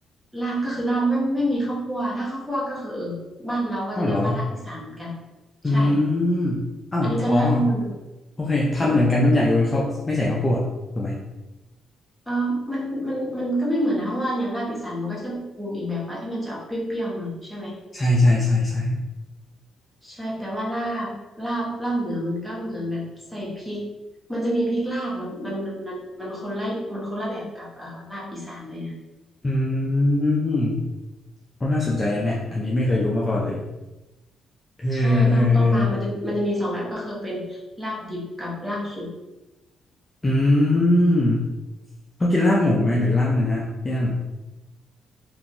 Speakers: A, in the centre; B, on the left.
A: ลาบก็คือลาบไม่ไม่มีข้าวคั่วถ้าข้าวคั่วก็คือเออบ้านเราก็จะเรียกว่าลาบอีสานเหมือนกัน
B: เอ้าเหรออืมเอ้าอ๋อ
A: ใช่อันนี้ก็ลาบที่มันแบบ
B: โอเคทำเหมือนกันทุกอย่างยกเว้นข้าวไม่ใส่ข้าวคั่วถูกไหม
A: แบบเออมันมันมันก็ไม่เหมือนนะเพราะว่าอย่างลาบอีสานมันก็จะปรุงอีกแบบว่าที่มันจะออกเปรี้ยวๆหน่อยใช่ไหม
B: ใช่ใช่ใช่ใช่
A: ใช่แต่ว่าลาบลาบลาบเหนือมันก็เหมือนแบบใส่พริกมันจะมีพริกลาบอะมันมันมันมันคนละมันคนละแบบกับเอ่อลาบอีสานเลยนะ
B: อืมโอ้น่าสนใจนะเนี่ยอันนี้ไม่เคยรู้มาก่อนเลยเออเออเออ
A: ใช่ต้องต้องมามันจะมันจะมีสองแบบก็คือเป็นลาบดิบกับลาบสุก
B: อืม เขากินลาบหมูไหมหรือลาบเนื้อพี่อัน